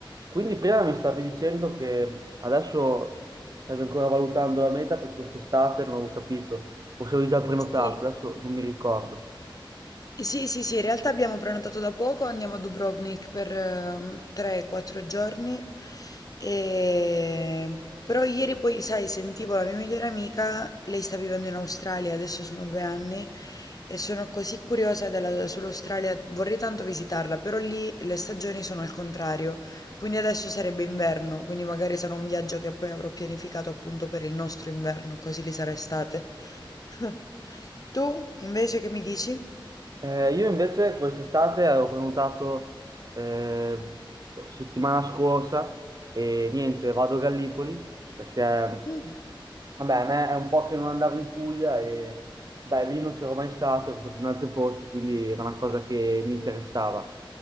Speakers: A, on the right; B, on the left.
A: Quindi prima mi stavi dicendo che adesso stavi ancora valutando la meta per quest'estate, non avevo capito, o se avevi già prenotato,
B: Sì.
A: adesso non mi ricordo.
B: Sì, sì, sì, in realtà abbiamo prenotato da poco, andiamo a Dubrovnik per 3-4 giorni, e... però ieri poi, sai, sentivo la mia migliore amica, lei sta vivendo in Australia, adesso sono due anni, e sono così curiosa della- sull'Australia, vorrei tanto visitarla, però lì le stagioni sono al contrario, quindi adesso sarebbe inverno, quindi magari sarà un viaggio che poi avrò pianificato appunto per il nostro inverno, così lì sarà estate. <laughs> Tu invece che mi dici?
A: Eh, io invece quest'estate avevo prenotato eh, settimana scorsa e niente, vado a Gallipoli perché
B: Mm,
A: vabbè, a me è un po' che non andavo in Puglia e beh, lì non c'ero mai stato, ero stato in altri posti, quindi era una cosa che mi interessava.